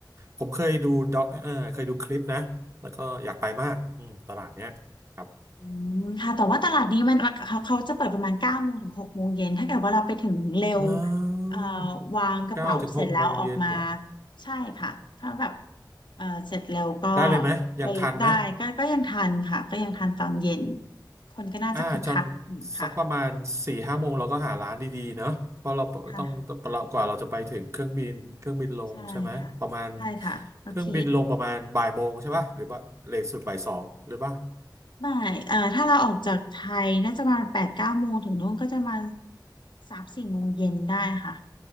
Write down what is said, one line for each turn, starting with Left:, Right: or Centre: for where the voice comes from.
Right: ผมเคยดูด็อกเออเคยดูคลิปนะแล้วก็อยากไปมากอืมตลาดเนี้ยครับ
Left: อืมค่ะแต่ว่าตลาดนี้มันเขาเขาจะเปิดประมาณเก้าโมงถึงหกโมงเย็นถ้าเกิดว่าเราไปถึงเร็ว
Right: อ๋อ
Left: เอ่อวางกระเป๋าเสร็จแล้วออกมา
Right: เก้าถึงหกโมงเย็นเหรอ
Left: ใช่ค่ะถ้าแบบเอ่อเสร็จเร็วก็
Right: ได้เลยไหมยังทันไหม
Left: ไปได้ก็ก็ยังทันค่ะก็ยังทันตอนเย็นคนก็น่าจะคึกคักอยู่ค่ะ
Right: อ่าจนสักประมาณสี่ห้าโมงเราก็หาร้านดีๆเนอะเพราะเราต้องเรากว่าเราจะไปถึงเครื่องบินเครื่องบินลงใช่ไหมประมาณ
Left: ค่ะใช่ค่ะใช่ค่ะโอเค
Right: เครื่องบินลงประมาณบ่ายโมงใช่ป่ะหรือว่าเลทสุดบ่ายสองหรือป่ะ
Left: ไม่เอ่อถ้าเราออกจากไทยน่าจะมาแปดเก้าโมงถึงนู้นก็จะมาสามสี่โมงเย็นได้ค่ะ